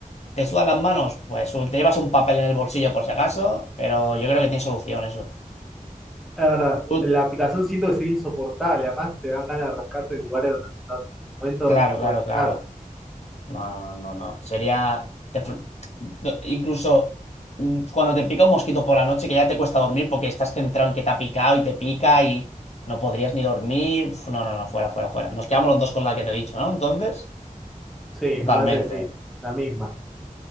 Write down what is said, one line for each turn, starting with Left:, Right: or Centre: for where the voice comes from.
Left: ¿Te sudan las manos? Pues te llevas un papel en el bolsillo por si acaso, pero yo creo que tiene solución eso.
Centre: La verdad,
Left: Ut-
Centre: la picazón siento que sería insoportable, además te dan ganas de rascarte en lugares donde no estás, en momentos
Left: claro,
Centre: donde no puedes
Left: claro,
Centre: rascar.
Left: claro. No, no, no, no, no. Sería... te fr- no, incluso mm, cuando te pica un mosquito por la noche que ya te cuesta dormir porque estás centrado en que te ha picado y te pica y no podrías ni dormir. Uf, No, no, no, fuera, fuera, fuera. Nos quedamos los dos con la que te he dicho, ¿no? Entonces,
Centre: Sí,
Left: totalmente.
Centre: me parece que sí, la misma.